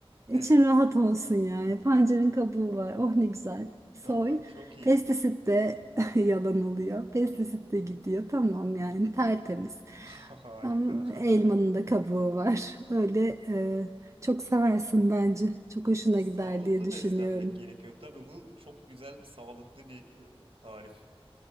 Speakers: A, on the right; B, on the right.
A: İçin
B: Evet.
A: rahat olsun yani. Pancarın kabuğu var. Oh ne güzel. Soy.
B: Aa, çok iyi.
A: Pestisit de <laughs> yalan oluyor. Pestisit de gidiyor. Tamam yani tertemiz.
B: <laughs> Harika.
A: Ama
B: <laughs>
A: elmanın da kabuğu var. Öyle e, çok seversin bence. Çok hoşuna
B: Sağlıklı
A: gider diye düşünüyorum.
B: beslenmek gerekiyor. Tabii bu çok güzel, sağlıklı bir e, tarif